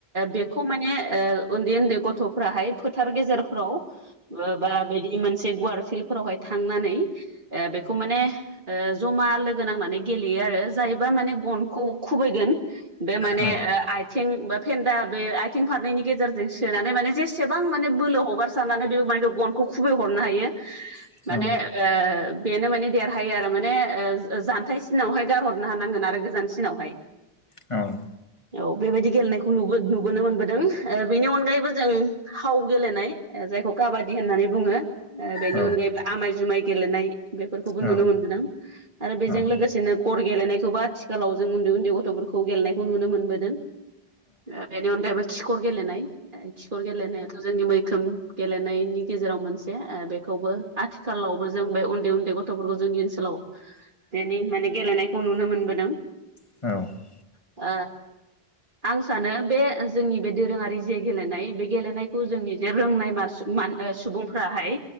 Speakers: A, on the right; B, on the left.
A: बेखौ मान <unintelligible> ओ उन्दै उन्दै गथ'फोराहाय फोथार गेजेरफ्राव बा बिदि मोनसे गुवार फिलफोरावहाय थांनानै बेखौ माने ओ जमा लोगो नांनानै गेलेयो आरो जायबा माने गनखौ खुबैगोन बे माने
B: औ
A: ओ आ थिं बा फेन्दा बे आयथिं फारैनायनि गेजेरजों सोनानै माने जेसेबां माने बोलो हगार साननानै बे <unintelligible> गनखौ खुबै हरनो हायो
B: नोंथां
A: माने ओ बेनो माने देरहायो आरो माने ओ जानथाइ सिनावहाय गारहरनो हानांगोन आरो गोजानसिनावहाय।
B: औ
A: औ बेबायदि गेलेनायखौ नुबो नुबोनो मोनबोदों ओ बेनि अनगायैबो जों फाव गेलेनाय ओ जायखौ काबादि होननानै बुङो। बेनि
B: औ
A: अनगायैबो आमाय जुमाय गेलेनाय बेफोरखौबो
B: नोंथां
A: नुनो मोनबोदों आरो बेजों
B: औ
A: लोगोसे बिदिनो गर गेलेनायखौबो आथिखालाव जों उन्दै उन्दै गथ'फोरखौ गेलेनायखौ नुनो मोनबोदों। बेनि अनगायैबो खिखर गेलेनाय खिखर गेलेनायाथ' जोंनि मैखोम गेलेनायनि गेजेराव मोनसे ओ बेखौबो आथिखालावबो जों बे उन्दै उन्दै ग थ'फोरखौ जोंनि ओनसोलाव बेनि माने गेलेनायखौ नुनो मोनबोदों।
B: औ
A: ओ आं सानो बे जोंनि बे दोरोङारि जे गेलेनाय बे गेलेनायखौ जोंनि जे रोंनाय मासु मा सुबुंफ्राहाय